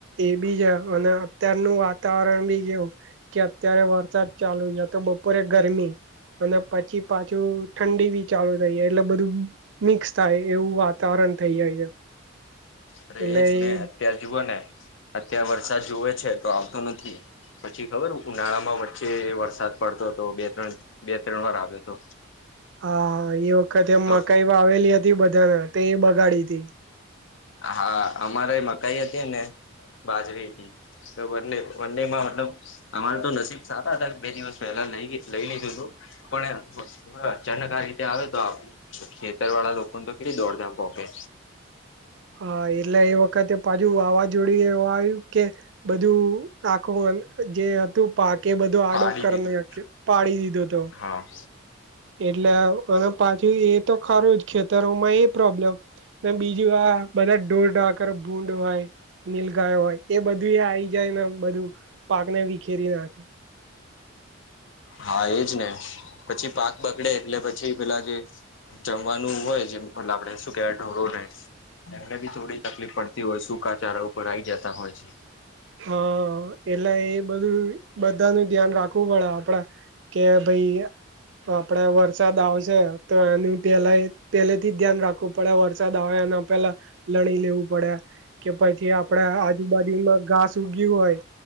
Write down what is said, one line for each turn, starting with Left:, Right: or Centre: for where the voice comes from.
Right: એ બી છે અને અત્યારનુંું વાતાવરણ બી કેવું. કે અત્યારે વરસાદ ચાલુ છે તો બપોરે ગરમી. અને પછી પાછું ઠંડી બી ચાલુ થઈાય એટલે બધું. મિક્સ થાય એવું વાતાવરણ થઈ જાય છે.
Left: અરે
Right: એટલે
Left: એજ ને
Right: એ
Left: અત્યાર જુવઓ ને અત્યારે વરસાદ જુવે છે તો આવતો નથી. પછી ખબર ઉનાળામાં વચ્ચે વરસાદ પડતો હતો બે ત્રણ બે ત્રણ વાર આવ્યો હતો.
Right: હા એ વખત એમ
Left: તો
Right: મકાઈ આવેલી હતી બધાના તે એ બગાડી હતી.
Left: હા અમારે એ મકાઈ હતી ને બાજરી હતી. વ ડે વ ડેમાં વ અમારે તો નસીબ સારા હતાા બે દિવસ પહેલા નઈ લઈ લીધું તું પણ ચણકાર રીતે આવે તો આપ. તો ખેતર વાળા લોકો તો કેટલી દોડધામ પોકે.
Right: હા એલે વકતે <unintelligible> પાજુ વાવાઝોડ એવા આવ્યું કે બધું આખું જે હતું. પાકે બધો આડો
Left: પાડી
Right: કરી્યો
Left: દીધું.
Right: પાડી દીધો હતો.
Left: હા.
Right: એટલે અને પાછું એ તો ખરું જ ખેતરોમાં એ પ્રોબ્લેમ. બીજું આ બધા ઢોરકાર ભૂંડ હોય નીલગાયો હોય એ બધું આવી ગય જાયને બધું પાક ને વિખેરી નાખે
Left: હા એજ ને પછી પાક બગડે એટલે પછી પેલા જે જમવાનું હોય જેમ પ આપડે શું કેવાય ઢોરો રહે. એમને બી થોડી તકલીફ પડતી હોય સુૂકાચારા ઉપર આવી જતા હોય છે.
Right: હા એટલે એ બધું બધા ન ધ્યાન રાખવું પડે આપડે કે ભાઈ આપડે વરસાદ આવશે તો એનું પેલા પહેલે થી ધ્યાન રાખવું. પડ્યા વરસાદ આવે એ અને પેલા લણી લેવું પડ્યા. કે પછી આપડા આજુબાજુમાં ઘાસ ઉગ્યું હોય